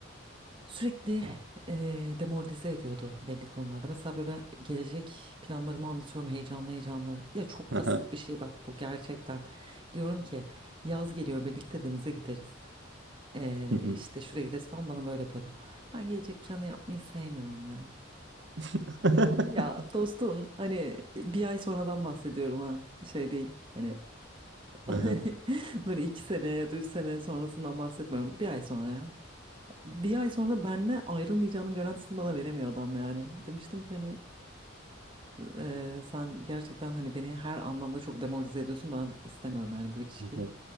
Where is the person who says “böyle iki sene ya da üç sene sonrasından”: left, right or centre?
Right